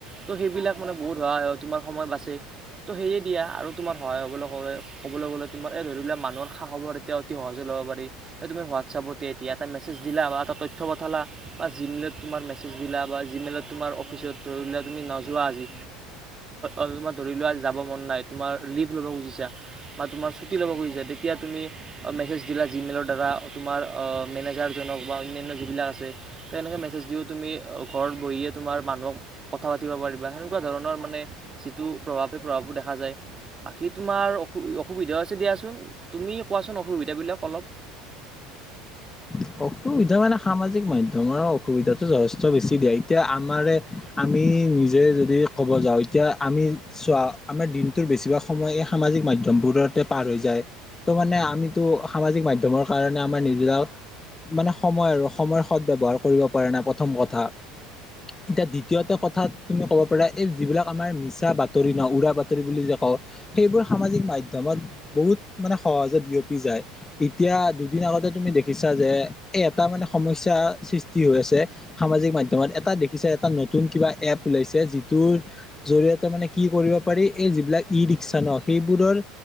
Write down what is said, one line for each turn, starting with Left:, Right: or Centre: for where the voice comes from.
Right: ত' সেইবিলাক মানে বহুত সহায় হ'ল তোমাৰ সময় বাচে তো সেয়ে দিয়া আৰু <unintelligible> আৰু তোমাৰ সহায় হব কবলৈ গলে তোমাৰ এই ধৰিলে মানুহৰ খা-খবৰ এতিয়া অতি সহজে ল'ব পাৰি তুমি <unintelligible> হোৱাটছএপতে এতিয়া এটা মেছেজ দিলা বা এটা তথ্য পঠালা বা জিমেইলত তোমাৰ মেছেজ দিলা বা জিমেইলত <unintelligible> তোমাৰ অফিচত ধৰি লোৱা তুমি নোযোৱা আজি, তোমাৰ ধৰি লোৱা আজি যাব মন নাই তোমাৰ <unintelligible> <unintelligible> লীভ ল'ব খুজিছা বা তোমাৰ ছুটী ল'ব খুজিছা তেতিয়া তুমি মেছেজ দিলা জিমেইলৰ দ্বাৰা তোমাৰ অ মেনেজাৰজনক বা অন্যান্য যিবিলাক আছে তো এনেকৈ মেছেজ দিওঁ তুমি ঘৰত বহিয়ে <unintelligible> তোমাৰ মানুহক কথা পাতিব পাৰিবা সেনেকুৱা ধৰণৰ মানে যিটো প্ৰভাৱ সেই প্ৰভাৱটো দেখা যায় <unintelligible> <inaudible> বাকী তোমাৰ অসু-অসুবিধাও আছে দিয়াচোন তুমি কোৱাচোন অসুবিধাবিলাক অলপ <unintelligible>
Left: <unintelligible> <inaudible> অসুবিধা মানে সামাজিক মাধ্যমৰ অসুবিধাটো যথেষ্ট বেছি দিয়া এতিয়া আমাৰে <unintelligible> <inaudible> আমি নিজে যদি ক'ব যাওঁ এতিয়া আমি চোৱা আমাৰ দিনটোৰ বেছিভাগ সময় এই সামাজিক মাধ্যম <unintelligible> মাধ্যমবোৰতে পাৰ হৈ যায় ত মানে আমিতো সামাজিক মাধ্যমৰ কাৰণে আমাৰ নিজেও <unintelligible> মানে সময় আৰু সময়ৰ সদব্যৱহাৰ কৰিব পৰা নাই প্ৰথম কথা। <unintelligible> <inaudible> এতিয়া দ্বিতীয়তে কথাত তুমি ক'ব পাৰা এই যিবিলাক আমাৰ মিছা বাতৰি ন উৰা বাতৰি বুলি যে ক <unintelligible> সেইবোৰ সামাজিক মাধ্যমত বহুত মানে সহজে বিয়পি যায় এতিয়া দুদিন <unintelligible> আগতে তুমি দেখিছা যে <unintelligible> এ এটা মানে সমস্যা সৃষ্টি হৈ আছে সামাজিক মাধ্যমত এটা দেখিছে এটা নতুন কিবা এ এপ ওলাইছে যিটোৰ জৰিয়তে মানে কি কৰিব পাৰি এই যিবিলাক ই ৰিক্সা ন সেইবোৰৰ